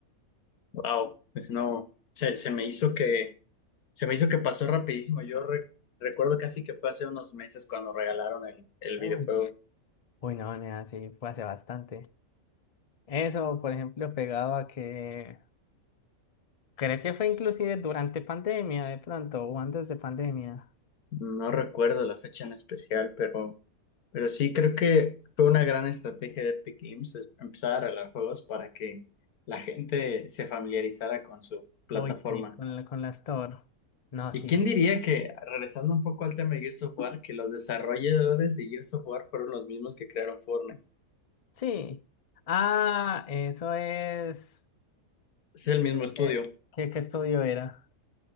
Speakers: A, on the left; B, on the left.
A: Wow, pues no, se, se me hizo que, se me hizo que pasó rapidísimo. Yo re- recuerdo casi que fue hace unos meses cuando regalaron el, el
B: Uy.
A: videojuego.
B: Uy, no, nena, sí, fue hace bastante. Eso, por ejemplo, pegado a que... Creo que fue inclusive durante pandemia, de pronto, o antes de pandemia.
A: No recuerdo la fecha en especial, pero, pero sí creo que fue una gran estrategia de Epic Games es empezar a regalar juegos para que la gente se familiarizara con su plataforma.
B: Uy, sí, con la, con la Store. No, sí.
A: ¿Y quién diría que, regresando un poco al tema de Gears of War, que los desarrolladores de Gears of War fueron los mismos que crearon Fortnite?
B: Sí. Ah, eso es...
A: Es el mismo estudio.
B: ¿Qué, qué, qué estudio era?